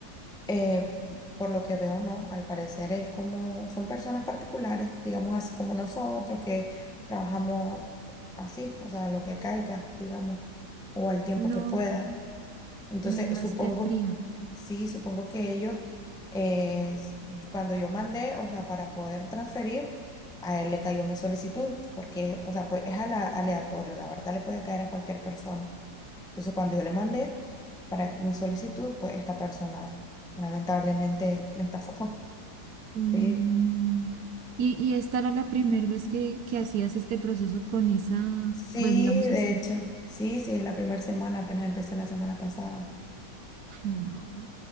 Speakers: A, in the centre; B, on the right.
A: Eh, por lo que veo, no, al parecer es como son personas particulares, digamos así como nosotros, que trabajamos así, o sea, lo que caiga, digamos, o al tiempo
B: No,
A: que pueda. Entonces,
B: me dejaste
A: supongo,
B: fría.
A: sí, supongo que ellos, eh, s- cuando yo mandé, o sea, para poder transferir, a él le cayó mi solicitud, porque, o sea, pues es ala- aleatorio, la verdad le puede caer a cualquier persona. Entonces, cuando yo le mandé para mi solicitud, pues esta persona lamentablemente me estafó. <laughs>
B: Mm,
A: Sí,
B: Y, y esta era la primera vez que, que hacías este proceso con esa,
A: sí,
B: pues digamos
A: de
B: así.
A: hecho, sí, sí, es la primera semana, apenas empecé la semana pasada.
B: Ay, no.